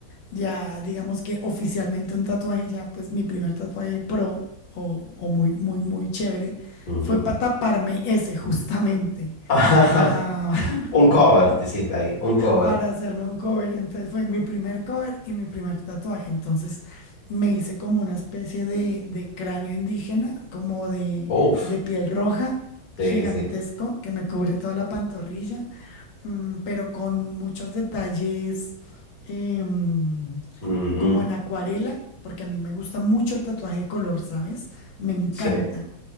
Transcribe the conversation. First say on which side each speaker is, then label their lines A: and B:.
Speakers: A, on the left (about 75°); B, on the left (about 60°).
A: ya, digamos que oficialmente un tatuaje, ya pues mi primer tatuaje pro o, o muy, muy, muy chévere
B: ujú.
A: fue para taparme ese justamente,
B: <laughs> Ajá,
A: para, <laughs>
B: un cover, te hiciste ahí, un cover.
A: para hacerme un cover. Entonces fue mi primer cover y mi primer tatuaje. Entonces me hice como una especie de, de cráneo indígena, como de,
B: Uf,
A: de piel roja,
B: sí,
A: gigantesco,
B: sí.
A: que me cubre toda la pantorrilla, mm, pero con muchos detalles. em,
B: ujú,
A: como en acuarela, porque a mí me gusta mucho el tatuaje de color, ¿sabes? Me encanta.
B: Sí.